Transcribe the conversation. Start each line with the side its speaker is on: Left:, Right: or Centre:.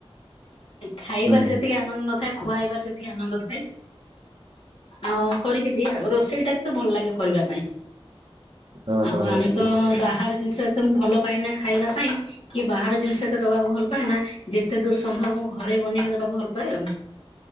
Left: ଖାଇବାରେ
Right: ହୁଁ
Left: ଯେତିକି ଆନନ୍ଦ ନଥାଏ, ଖୁଆଇବାରେ ସେତିକି ଆନନ୍ଦ ଥାଏ। ଆଉ କରିକି ଦିଏ ଆଉ। ରୋଷେଇ ଟାକୁ ତ ଭଲ ଲାଗେ କରିବା ପାଇଁ।
Right: ଓହୋ
Left: ଆଉ
Right: ହଁ
Left: ଆମେ ତ ବାହାର ଜିନିଷ ଏ ତ ମୁଁ ଭଲ ପାଏନା ଖାଇବା ପାଇଁ କି ବାହାର ଜିନିଷ ଏତେ ଦବାକୁ ଭଲ ପାଏନା। ଯେ ଯେତେ ଦୂର ସମ୍ଭବ ଘରେ ବନେଇକି ଦେବାକୁ ଭଲ ପାଏ ଆଉ।